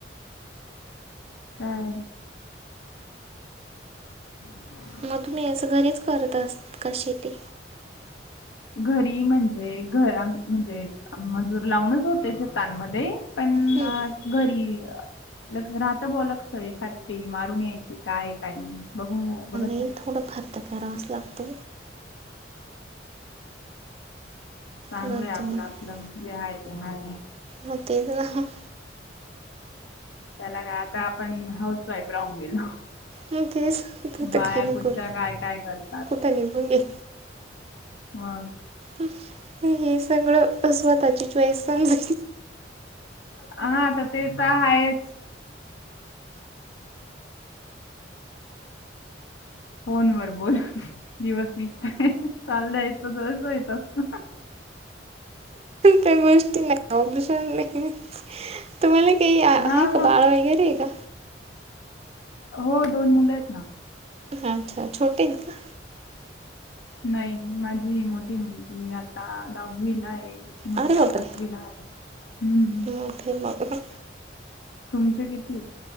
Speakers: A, on the left; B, on the right.
A: काय हा्
B: मग तुम्ही असं घरीच करत असत का शेती.
A: घरी म्हणजे घर आमचं म्हणजे. मजूर लावूनच होते शेतांमध्ये पण
B: हं,
A: घरी. लग राहता बॉलाकस एखाद फेरी मारून यायची काय काय नाही बघून बघ
B: ते थोडं फार तर करावाच लागतो.
A: चांगलंय
B: घरचं
A: आपलं
B: मग
A: आपलं जे आहे ते हाय.
B: मग तेच ना
A: त्याला काय आता आपण हाऊस वाईफ राहून गेलो.
B: नाही ते सांग
A: बाया
B: तर काही नाही
A: कुठच्या
B: कर
A: काय काय करतात.
B: कुठं निघून गेल.
A: मग.
B: हे सगळं स्वतःची चॉईस पण म्हण
A: हा आता ते तर आहेच. फोन वर बोलून दिवस निघतय चालय तसच असत.
B: त्यांगवेज. ते नाही ऑबलिशन नाही तुम्हाला काही आहे
A: हा
B: का
A: मग
B: बाळा वगैरे आहे का.
A: हो दोन मुलं आहेत ना.
B: अच्छा छोटेत आहेत का.
A: नाही माझी मोठी मुलगी आता दहावीला आहे. मुलगा
B: आरे बापरे
A: सातवीला आहे. हम्म
B: मोठी आहे मग.
A: तुमचे किती.